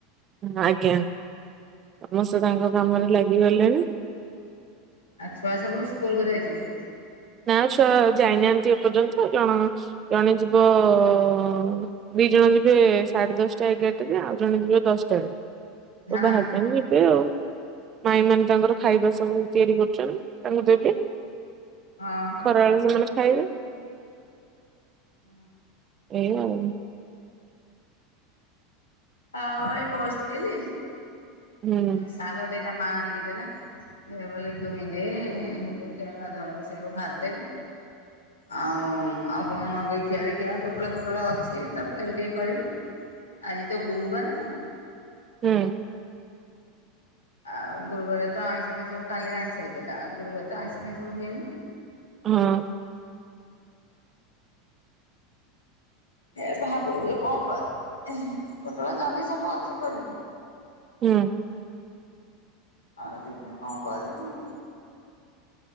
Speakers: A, on the right; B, on the left.
A: ହୁଁ ଆଜ୍ଞା ସମସ୍ତେ ତାଙ୍କ କାମରେ ଲାଗି ଗଲେଣି।
B: ଆଉ ଛୁଆ ସବୁ ସ୍କୁଲକୁ ଯାଇଚନି।
A: ନା ଛୁଆ ଯାଇନାହାନ୍ତି ଏ ପର୍ଯ୍ୟନ୍ତ ଜଣ ଜଣେ ଯିବ ଅଁ ଦି ଜଣ ଯିବେ ସାଢ୍ ଦଶଟା ଏଗାରଟାରେ ଆଉ ଜଣେ ଯିବେ ଦଶଟାରେ।
B: ହଁ
A: ଏଇ ବାହାରୁଛନ୍ତି ଯିବେ ଆଉ ମାଇଁମାନେ ତାଙ୍କର ଖାଇବା ସବୁ ତିଆରି କରୁ ଛନ୍ତି ତାଙ୍କୁ ଦେବେ
B: ହଁ
A: ଖରାବେଳେ ସେମାନେ ଖାଇବେ।
B: ଉଁ ହୁଁ।
A: ଏଇ ଆଉ
B: ଆଉ ଏଇ ବସତିଲି।
A: ହୁଁ।
B: ଶାଗ ଦିଟା ମା ଆଣିକି ଦେଲା। ଦେ ବେଲେ ଦୁଇଁ ଦେ ଦେଖିଆ ଗାଧୁଆକୁ ସେଇଆକୁ ଭା ଦେବି। ଆଉଁ ଆଉଁ କଁ ନଗେଇଖିଆ ଦେଖିଆ ପୋଟଳ ଫୋଟଳ ଅଛି ତରକାରୀ ଟିକେ କରିବି।
A: ଁ
B: ଆଜି ତ ଗୁରୁବାରେ ନା।
A: ହୁଁ।
B: ଆଉ ଗୁରୁବାରେ ତ ଆଇଁଷ ପାଇଁଷ କାଲି ଆଇଁଷ ହେଇତେଲା ଆଉ ଗରୁବାରେ ତ ଆଇଁଷ ଫାଇଁଷ ହୁଏନି।
A: ହଁ।
B: ହେ ଭାବୁଚି କଁ କରି ଏଁ ହେଁ ପୋଟଳ ଜହ୍ନି ସବୁ ଅଛି ପରିବା।
A: ହୁଁ।
B: ଆଉ ଦେଖିଆ କଁ କରିମୁ।